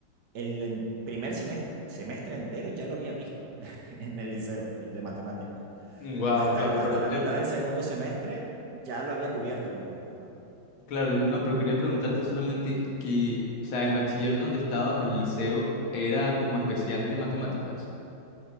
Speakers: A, on the right (about 60°); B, on the left (about 85°).
A: El en- primer semestre, semestre entero ya lo había visto <laughs> en el liceo, el de matemáticas.
B: Wow,
A: Hasta,
B: claro,
A: el- hasta
B: pero
A: la
B: el,
A: mitad del segundo semestre ya lo había cubierto por completo.
B: Claro, yo- no, pero quería preguntarte solamente que, o sea, el bachiller donde estabas, el liceo, era como especial de matemáticas.